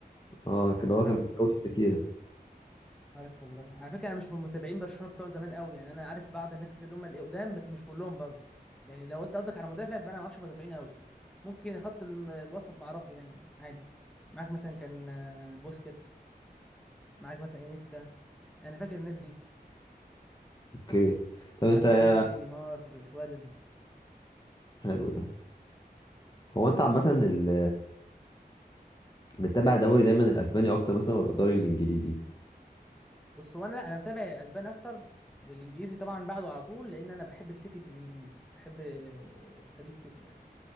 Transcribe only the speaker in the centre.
مش
عارف
عارف والله على فكره انا مش من متابعين برشلونه بتوع زمان قوي يعني انا عارف بعض الناس كده اللي هم القدام بس مش كلهم برضه يعني لو انت قصدك على مدافع فانا ما اعرفش مدافعين قوي ممكن خط ال- الوسط ما اعرفه يعني عادي معاك مثلا كان آه، بوسكيتس معاك مثلا انيستا انا فاكر الناس دي
فاكر
ميسي نيمار سواريز
بص هو انا انا متابع الاسبان اكتر والانجليزي طبعا بعده على طول لان انا بحب السيتي في الانجليزي بحب آه، فريق السيتي يعني